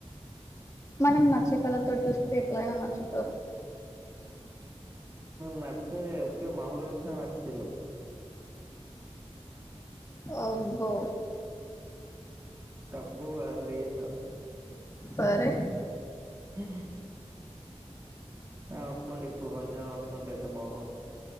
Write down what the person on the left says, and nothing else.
మనం నచ్చే కళతో చూస్తే ఎట్లయినా నచ్చుతారు
అబ్బో
సరే